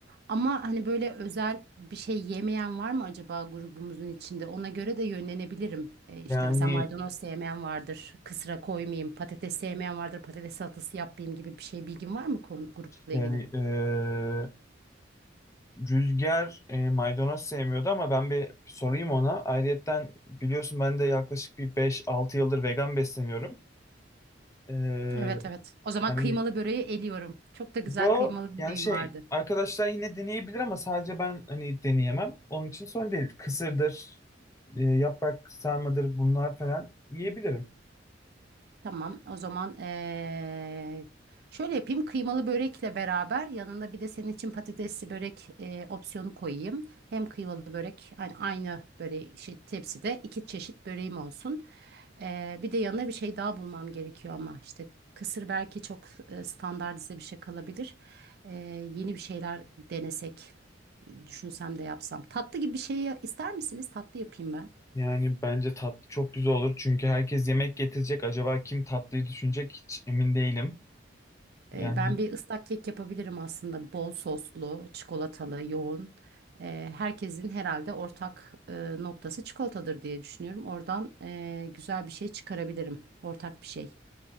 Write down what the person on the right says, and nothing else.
Ama hani böyle özel bir şey yemeyen var mı acaba grubumuzun içinde? Ona göre de yönlenebilirim. E, işte
mesela maydanoz sevmeyen vardır, kısra koymayayım, patates sevmeyen vardır, patates salatası yapmayayım gibi bir şey bilgin var mı konu, grupla
ilgili?
Evet evet. O zaman
kıymalı böreği eliyorum. Çok da güzel
kıymalı
böreğim
vardı.
Tamam, o zaman eee, şöyle yapayım. Kıymalı börekle beraber yanında bir de senin için patatesli börek eee, opsiyonu koyayım. Hem kıymalı börek yani aynı böreği şey, tepside iki çeşit böreğim olsun. Eee, bir de yanına bir şey daha bulmam gerekiyor ama işte kısır belki çok e, standartize bir şey kalabilir. Eee, yeni bir şeyler denesek, düşünsem de yapsam. Tatlı gibi bir şey ister misiniz? Tatlı yapayım ben.
Ee, ben bir ıslak kek yapabilirim aslında. Bol soslu, çikolatalı, yoğun. Ee, herkesin herhalde ortak e, noktası çikolatadır diye düşünüyorum. Oradan e, güzel bir şey çıkarabilirim. Ortak bir şey